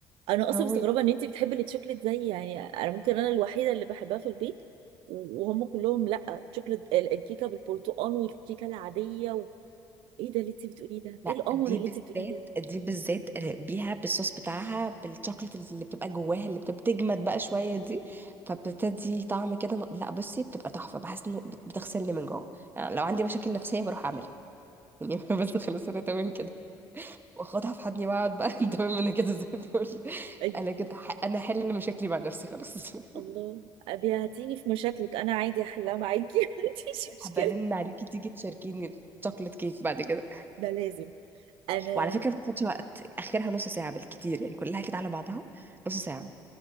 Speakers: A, on the right (about 75°); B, on the right (about 20°).
A: انا اصلا
B: هو
A: مستغربه
B: يعني
A: ان انت بتحبي التشوكلت زي يعني انا ممكن انا الوحيده اللي بحبها في البيت و- وهم كلهم لا تشوكلت ال- الكيكه بالبرتقال والكيكه العاديه و... ايه ده اللي انت بتقوليه ده
B: لا
A: ايه القمر
B: دي
A: اللي
B: بالذات
A: انت بتقوليه ده
B: دي بالذات بيها بالصوص بتاعها بالشوكليت اللي بتبقى جواها اللي بتجمد بقى شويه دي فبتدي طعم كده م- لا بصي بتبقى تحفه بحس انه بت- بتغسلني من جوه يعني لو عندي مشاكل نفسيه بروح اعملها يعني <laughs> بس خلاص انا تمام كده واخدها في حضني واقعد بقى <laughs> تمام انا كده زي الفل
A: <laughs>
B: انا كده ح- انا هحل مشاكلي مع نفسي خلاص <laughs>
A: الله أبي هتيجي في مشاكلك انا عادي احلها معاكي <laughs> ما عنديش مشكله
B: هبرن عليكي تيجي تشاركيني الشوكليت كيك بعد كده
A: ده لازم انا
B: وعلى فكره ما بتاخدش وقت اخرها نص ساعه بالكتير يعني كلها كده على بعضها نص ساعه